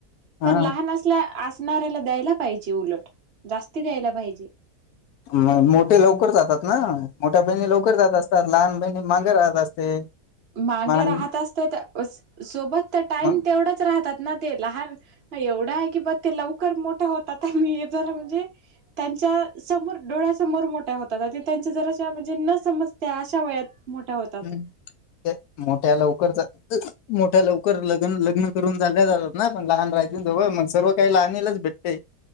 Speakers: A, on the right (about 45°); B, on the left (about 80°).
A: पण
B: हा
A: लहान असल्या असणाऱ्याला द्यायला पाहिजे उलट जास्ती द्यायला पाहिजे.
B: म मोठे लवकर जातात ना मोठ्या बहिणी लवकर जातात. लहान बहिणी माांगे राहत असते.
A: मागे
B: महान
A: राहतं असती ते तर सोबत तर टाइम
B: मग
A: तेवढाच राहतात ना, ते लहान एवढं आहे की बग. ते लवकर मोठा होतात मी हे जरा म्हणजे त्यांच्या समोर डोळ्या समोर मो ठा होतात त्यांच्या जराशा म्हणजे न समजत्या अशा वयात मोठ्या होतात.
B: हम्म ते मोठ्या लवकरचा मोठ्या लवकर लग्न लग्न करून झाल्या जातात ना, पण लहान राहिज जवळ मग सर्व काही लहानलाच भेटते.